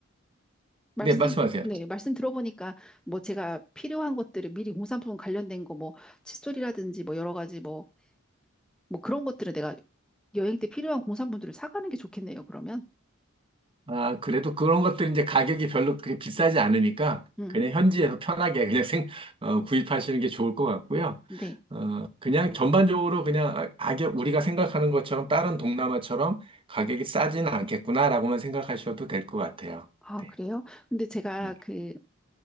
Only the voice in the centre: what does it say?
말씀
네, 말씀 들어보니까 뭐 제가 필요한 것들을 미리 공산품 관련된 거 뭐 칫솔이라든지 뭐 여러 가지 뭐 뭐 그런 것들을 내가 여행 때 필요한 공산품들을 사가는 게 좋겠네요. 그러면.
음.
네.
아,
그래요? 근데 제가
그